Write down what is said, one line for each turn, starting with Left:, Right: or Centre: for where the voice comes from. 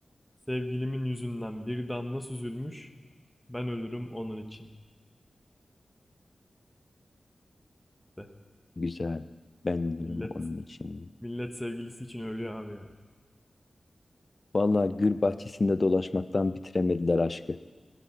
Centre: Sevgilimin yüzünden bir damla süzülmüş, ben ölürüm onun için. De.
Left: Güzel. Ben diyorum
Centre: Millet,
Left: onun için.
Centre: millet sevgilisi için ölüyor abi ya.
Left: Vallahi gül bahçesinde dolaşmaktan bitiremediler aşkı.